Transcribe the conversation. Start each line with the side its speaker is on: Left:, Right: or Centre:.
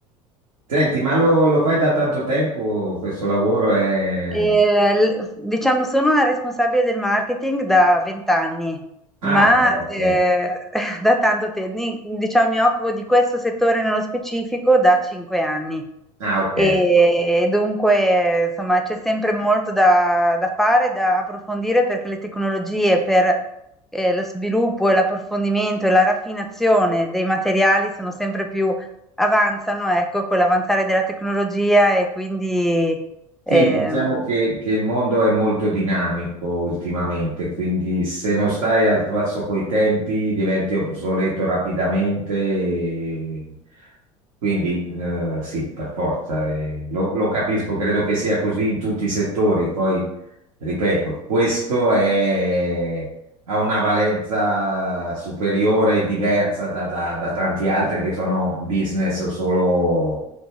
Right: Senti, ma lo, lo fai da tanto tempo questo lavoro? È...
Centre: Eh, l- diciamo, sono una responsabile del marketing da vent'anni,
Right: Ah,
Centre: ma
Right: vabbè, ok.
Centre: eh, <laughs> da tanto tempo, diciamo, mi occupo di questo settore nello specifico da cinque anni.
Right: Ah, ok.
Centre: E dunque, insomma, c'è sempre molto da, da fare, da approfondire perché le tecnologie per eh, lo sviluppo e l'approfondimento e la raffinazione dei materiali sono sempre più avanzano, ecco, con l'avanzare della tecnologia e quindi...
Right: Sì,
Centre: ehm,
Right: diciamo che, che il mondo è molto dinamico ultimamente, quindi se non stai al passo coi tempi diventi obsoleto rapidamente. e Quindi eh, sì, per forza, eh, lo, lo capisco, credo che sia così in tutti i settori. Poi, ripeto, questo è- ha una valenza superiore e diversa da da- da tanti altri che sono business solo